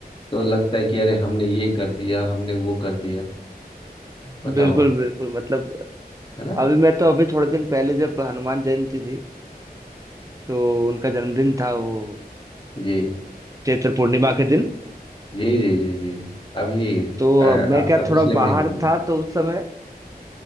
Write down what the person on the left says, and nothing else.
तो लगता है कि अरे हमने ये कर दिया हमने वो कर दिया बताओ
है ना
जी
जी जी जी जी अभी अ,
आपका
पिछले
महीने
में